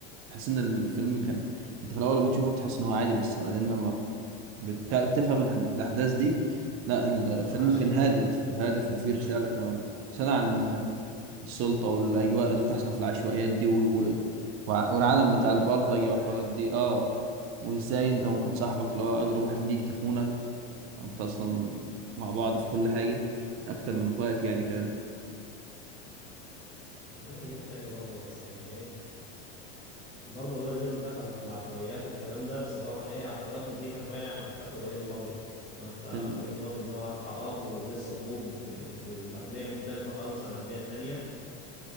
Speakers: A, on the right (about 40°); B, on the left (about 35°).
A: تحس ان الفيلم كان انت في الاول لما تشوفه بتحس ان هو عادي بس بعدين لما بت- بتفهم الح- الأحداث دي لا الفيلم
B: ما باعش
A: كان
B: في الاخر
A: هادف هادف وفيه رسالة
B: أيوة.
A: كمان رسالة عن السلطة والأجواء اللي بتحصل في العشوائيات دي و... و... والعالم
B: والبلطجة
A: بتاع البلطجة
B: بتبدأ ازاي
A: والحوارات دي اه
B: مم.
A: وازاي انت ممكن صاحبك اللي هو أقرب واحد ليك يخونك انت أصلا مع بعض في كل حاجة أكتر من اخواتي يعني كان
B: وفي حاجات تاني برضه بس يعني ايه برضه ولاد رزق دخل في العشوائيات والكلام ده بس اللي هو ايه عشوائيات نظيفة شوية عن عشوائيات ابراهيم الابيض اللي هو انت ابراهيم
A: كان-
B: الابيض اللي هو حارات ولسه طلوب آه، الابنية مختلفة خالص عن الابنية التانية